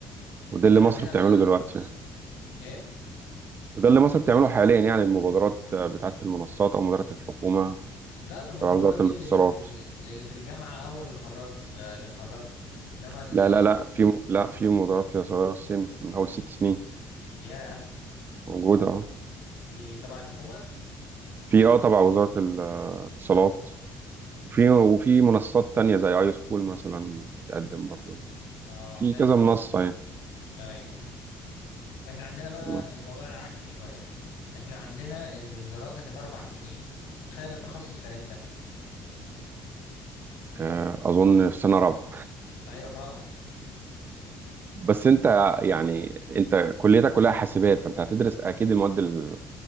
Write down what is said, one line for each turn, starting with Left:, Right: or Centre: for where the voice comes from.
Right: وده
Left: احنا
Right: اللي
Left: عندنا
Right: مصر بتعمله
Left: بقى
Right: دلوقتي
Left: ايه
Right: وده اللي مصر بتعمله حاليا يعني المبادرات بتاعه المنصات او مبادره الحكومه
Left: لا ده المبادرات
Right: تبع وزاره
Left: دي
Right: الاتصالات
Left: للي في ال... للي في الجامعة أو اللي خرجوا آه، اللي اتخرجوا إنما ال...
Right: لا لا لا في لا في مبادرات لصغار السن من اول ست سنين
Left: يا
Right: موجوده اه
Left: دي تبع الحكومة
Right: في اه تبع وزاره الاتصالات وفي وفي منصات تانية زي اي سكول مثلا بتقدم برضه
Left: اه
Right: في
Left: حلوة
Right: كذا
Left: دي
Right: منصة يعني
Left: أيوة احنا عندنا بقى
Right: تمام.
Left: الموضوع العكسي شوية احنا عندنا الدراسة كانت أربع سنين تخيل التخصص كان إمتى؟
Right: آه، اظن في سنة رابعة
Left: أيوة في رابعة
Right: بس انت يعني انت كليتك كلها حاسبات فانت هتدرس اكيد المواد ال-